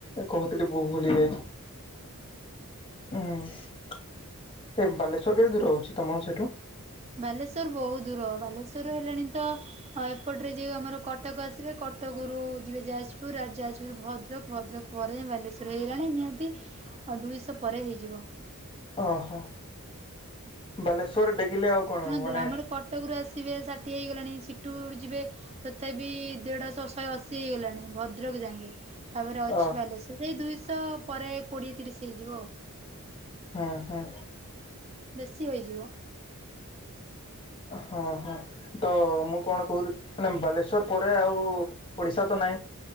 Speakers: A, on the left; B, on the right.
A: କହୁଥିଲି ବ ଭୁଲି ଯାଇଛି। ହୁଁ ବାଲେଶ୍ୱର କେତେ ଦୂର ରହୁଛି ତମ ସେଠୁ?
B: ବାଲେଶ୍ଵର ବହୁତ ଦୂର ବାଲେଶ୍ଵର ହେଲାଣି ତ ଆଉ ଏପଟରେ ଯେଉଁ ଆମର କଟକ ଆସିବେ କଟକରୁ ଯିବେ ଯାଜପୁର ଆ ଯାଜପୁର ଭଦ୍ରକ ଭଦ୍ରକ ପରେ ବାଲେଶ୍ୱର ହେଇଗଲାଣି ନିହାତି ଆଉ ଦୁଇଶହ ପରେ ହେଇଯିବ।
A: ଅ ହ ବାଲେଶ୍ଵର ଡେକିଲେ ଆଉ କଣ
B: ଶୁଣନ୍ତୁ
A: ମାନେ
B: ଆମର କଟକ ରୁ ଆସିବେ ଷାଠିଏ ହେଇଗଲାଣି ସିଠୁ ଯିବେ ତଥାପି ଦେଢଶ ଶହେ ଅଶୀ ହେଇଗଲାଣି ଭଦ୍ରକ ଯାକେଁ ତାପରେ ଅଛି
A: ଅ
B: ବାଲେଶ୍ୱର ସେଇ ଦୁଇଶହ ପରେ କୋଡିଏ ତିରିଶ ହେଇଯିବ ଆଉ।
A: ଉଁ ହୁଁ!
B: ବେଶୀ ହେଇଯିବ।
A: ହଁ ହଁ ତ ମୁଁ କଣ କହୁଥି ମାନେ ବାଲେଶ୍ୱର ପରେ ଆଉ ଓଡିଶା ତ ନାଇଁ?